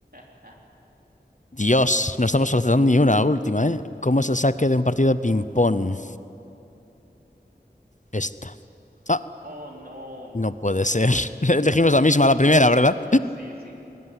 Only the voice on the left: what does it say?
Dios, no estamos acertando ni una última, ¿eh? ¿Cómo es el saque de un partido de ping-pong? Esta. Ah,
no puede ser. <laughs> Elegimos la misma, la primera, ¿verdad?